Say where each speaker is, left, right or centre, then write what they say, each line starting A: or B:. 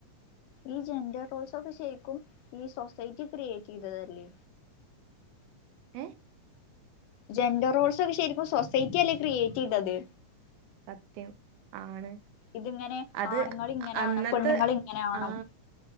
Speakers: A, on the left (about 80°); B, on the right (about 80°).
A: ഈ ജെൻഡർ റോൾസ് ഒക്കെ ശരിക്കും ഈ സൊസൈറ്റി ക്രിയേറ്റ് ചെയ്തതല്ലേ
B: ഏ
A: ജെൻഡറോൾസ് ഒക്കെ ശരിക്കും സൊസൈറ്റി അല്ലേ ക്രിയേറ്റ് ചെയ്തത്
B: സത്യം ആണ്
A: ഇതിങ്ങനെ
B: അത്
A: ആണുങ്ങൾ ഇങ്ങനെയ
B: അന്നത്തെ
A: ആണം പെണ്ണുങ്ങൾ ഇങ്ങനെ ആണം
B: ആ